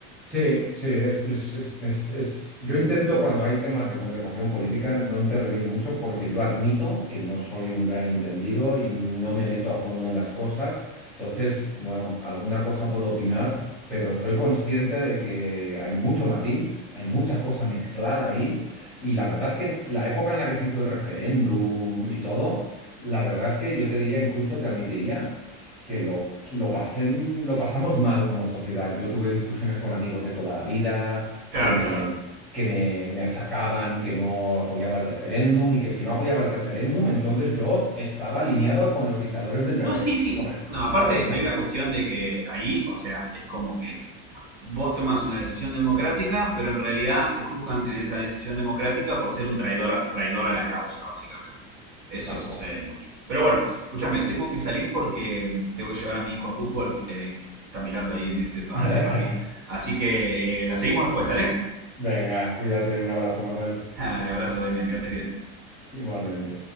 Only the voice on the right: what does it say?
Claro,
claro.
No, sí, sí.
No, aparte
hay una cuestión de que ahí, o sea, es como que vos tomás una decisión democrática, pero en realidad te juzgan en esa decisión democrática por ser un traidor, a- traidor a la causa, básicamente. Eso
sucede
mucho. Pero bueno, escúchame, tengo que salir porque mm, tengo que llevar a mi hijo a fútbol, eh, que me está mirando ahí y me dice, "Pa-
dale papi. Así que eh, la seguimos después, dale.
<laughs> Dale, abrazo, Demian, que andes bien.